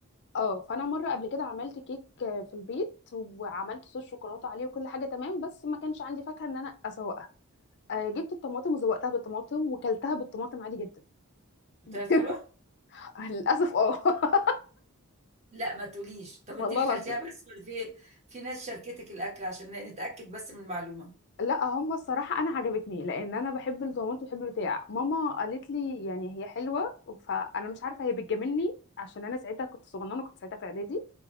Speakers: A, on the left (about 50°); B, on the right (about 30°).
A: اه فانا مره قبل كده عملت كيك آه، في البيت وعملت صوص شوكولاته عليه وكل حاجه تمام بس ما كانش عندي فاكهه ان انا اسوق آه، جبت الطماطم وزوقتها بالطماطم وكلتها بالطماطم عادي جدا <laughs>
B: طلعت حلوه
A: للاسف اه <laughs>
B: لا ما تقوليش طب
A: والله
B: انت اللي
A: العظيم
B: كلتيها بس ولا في في ناس شاركتك الاكل عشان نتاكد بس من المعلومه
A: لا هم الصراحه انا عجبتني لان انا بحب الطماطم بحب البتاع ماما قالت لي يعني هي حلوه فانا مش عارفه هي بتجاملني عشان انا ساعتها كنت صغننه كنت ساعتها في اعدادي